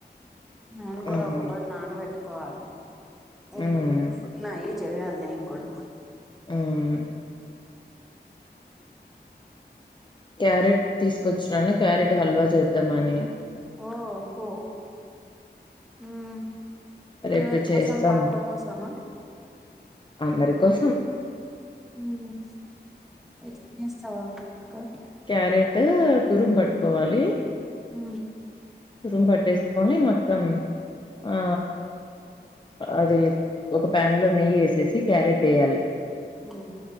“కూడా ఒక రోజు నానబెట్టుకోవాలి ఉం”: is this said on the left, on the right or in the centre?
Centre